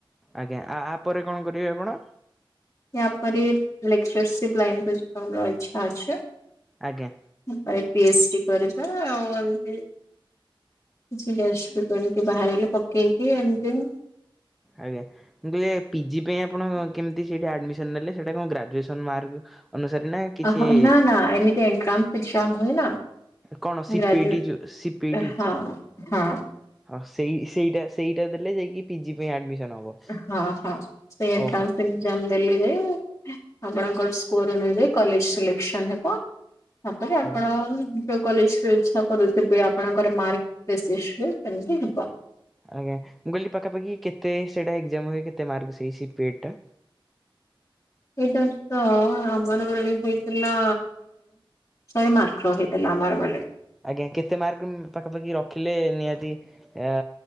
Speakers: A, in the centre; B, on the left.
A: ଆଜ୍ଞା ଆ ଆପରେ କଣ କରିବେ ଆପଣ?
B: ୟାପରେ ଲେକ୍ଚରସିପ ଲାଇନକୁ <inaudible> ର ଇଚ୍ଛା ଅଛି।
A: ଆଜ୍ଞା।
B: <unintelligible> ପି ଏଚ ଡି କରିବା ଆଉ ଏମତି। କିଛି <unintelligible> କରିକି ବାହାରିଲେ ପକେଇକି ଏମିତି
A: ଆଜ୍ଞା। ମୁଁ କହିଲେ ପି ଜି ପାଇଁ ଆପଣ କେମିତି ସେଠେ ଆଡ଼ମିସନ ନେଲେ ସେଠେ କଣ ଗ୍ରାଜୁଏସନ ମାର୍କ ଅନୁସାରେ ନା କିଛି
B: ଅ ନା ନା ଏମିତି ଏଣ୍ଟ୍ରାସ <unintelligible> ହୁଏ ନା।
A: କଣ ସିପିଇଟି
B: ଗ୍ରାଜୁଏଟ
A: ଯୋଉ ସିପିଇଟି
B: ହଁ ହଁ।
A: ହଁ ସେଇ ସେଇଟା ସେଇଟା ଦେଲେ ଯାଇକି ପି ଜି ପାଇଁ ଆଡ଼ମିସନ ହବ।
B: ହଁ ହଁ ସେ ଏଣ୍ଟ୍ରାନ୍ସ
A: ଓହୋ
B: ଏକ୍ସଜାମ ଦେଲେ ଯାଇ ଆପଣଙ୍କର ସ୍କୋର ନେବେ କଲେଜ ସିଲେକ୍ସନ ହେବ ତାପରେ ଆପଣ
A: ଆଜ୍ଞା।
B: ଯଉ କଲେଜରେ ଇଚ୍ଛା କରୁଥିବେ ଆପଣଙ୍କର ମାର୍କ ବେସିସରେ ସେମତି ହେବ।
A: ଆଜ୍ଞା ମୁଁ କହିଲି ପାଖପାଖି କେତେ ସେଇଟା ଏକ୍ଜାମ ହୁଏ କେତେ ମାର୍କସ ହେଇ ସିପିଏଡ଼ ଟା?
B: ସେଇଟା ତ ଅମର ବେଳେ ହେଇଥିଲା ଶହେ ମାର୍କ ର ହେଇଥିଲା ଆମର ବେଲେ।
A: ଆଜ୍ଞା କେତେ ମାର୍କ ଉଂ ପାଖାପାଖି ରଖିଲେ ନିହାତି ଏଆ